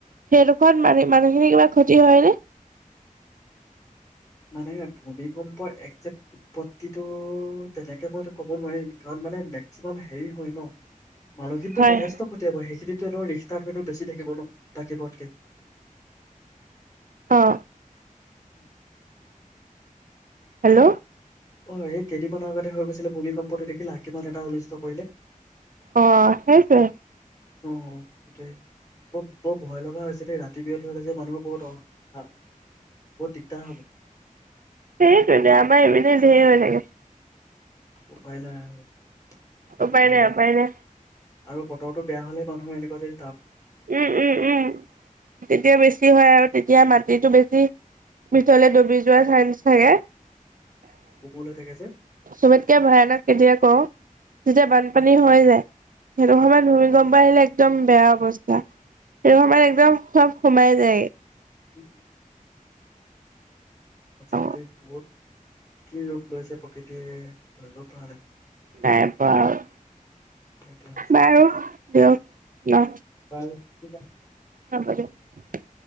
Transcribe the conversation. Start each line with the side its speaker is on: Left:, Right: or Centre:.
Right: সেই ডোষৰ মানে মানুহখিনি কিবা ক্ষতি হয় নে ।
Left: মানে ভূমিক ভূমিকম্প একেক্ট উৎপত্তিটো তেনেকে মইতো ক'ব নোৱাৰিম কাৰণ মানে মেক্সিমাম হেৰি হয় ন মানুহখিনিতো
Right: হয়।
Left: যথেষ্ট কঠীয়াব সেইখিনিত। <unintelligible> বেছি থাকিব ন বাকী বাৰতকে ।
Right: অ'।
Left: হু।
Right: হেল্ল'।
Left: অ' এই কেইদিন মানৰ আগতে হৈ গৈছে। ভূমিকম্পটো দেখিলা কিমান এটা অনিষ্ট কৰিলে।
Right: অ' সেইহে ।
Left: অ' গোটেই বট বৰ ভয় লগা হৈছে। যেতিয়া ৰাতি বিয়ল হলে যে মানুহৰ বহুত বহুত দিগদাৰ হ'ব।
Right: সেইটোৱে আমাৰ এইপিনে ধেৰ হৈ থাকে।
Left: উপাই নাই আৰু। কি
Right: উপাই
Left: কৰিবা।
Right: নাই উপায় নাই।
Left: আৰু বতৰটো বেয়া হলে মানুহে এনেকুৱা যে
Right: উম উম উম তেতিয়া বেছি হয় আৰু তেতিয়া মাটিটো বেছি ভিতৰলে ডুবি যোৱা চান্স থাকে।
Left: <unintelligible> থাকে যে।
Right: চবতকে ভয়ানক কেতিয়া কও, যেতিয়া বানপানী হৈ যায় সেইটো সময়ত ভূমিকম্প মোবাইল একদম বেয়া অৱস্থা, সেই সময়ত একদম সব সোমাই যায়গে।
Left: <inaudible> সচাকে
Right: অ
Left: দেই বহুত। কি ৰূপ লৈছে প্ৰকৃতিয়ে ধৰিব পৰা নাই।
Right: নাই পোৱা অ'
Left: সেইটোৱে সঁচাকে
Right: বাৰু
Left: দেই।
Right: দিয়ক ন
Left: বাৰু ঠিক আছে।
Right: হ'ব দিয়ক।